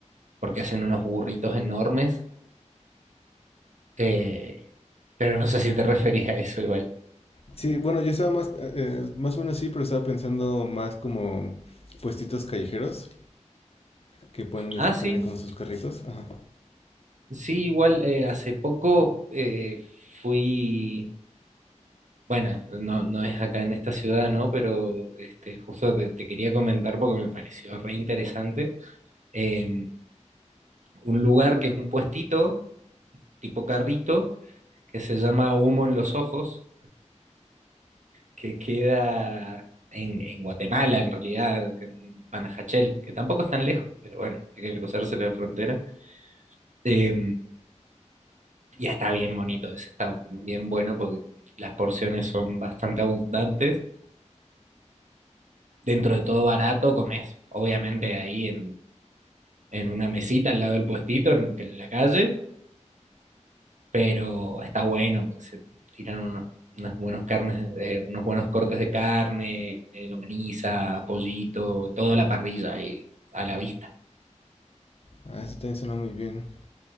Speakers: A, on the right; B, on the left.
A: porque hacen unos burritos enormes. Eh, pero no sé si te <laughs> referís a eso igual.
B: Sí, bueno, yo estaba más, eh, más o menos sí, pero estaba pensando más como puestitos callejeros que pueden es-
A: Ah, sí.
B: tener como sus carritos. Ajá.
A: Sí, igual eh, hace poco eh, fui. Bueno, no, no es acá en esta ciudad, ¿no? Pero este, justo te, te quería comentar porque me pareció re interesante. eh, un lugar que es un puestito, tipo carrito, que se llama Humo en los Ojos, que queda en, en Guatemala, en realidad, en Panajachel, que tampoco es tan lejos, pero bueno, hay que cruzarse la frontera. Eh, ya está bien bonito, ese está bien bueno porque las porciones son bastante abundantes dentro de todo barato, comes, obviamente ahí en, en una mesita al lado del puestito, en, en la calle, pero está bueno, porque se tiran unos, unas buenos carnes, eh, unos buenos cortes de carne, eh, longaniza, pollito, toda la parrilla ahí a la vista.
B: Ah, eso también suena muy bien.